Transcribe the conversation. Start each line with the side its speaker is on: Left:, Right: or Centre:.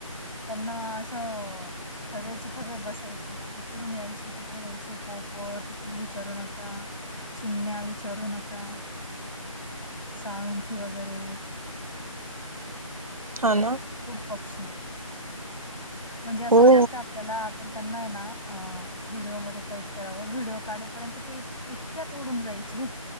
Left: त्यांना असं थव्याचे थवे बसायचे, इकडून यायचे, तिकडून यायचे, पोपट विचारू नका, चिमण्या विचारू नका. साळुंखी वगैरे <inaudible>
Right: हा ना
Left: खूप पक्षी म्हणजे असं
Right: हो.
Left: वाटायचं आपल्याला आपण त्यांना ना व्हिडिओमध्ये कैद करावं. व्हिडिओ काढपर्यंत ते इतक्यात उडून जायचे.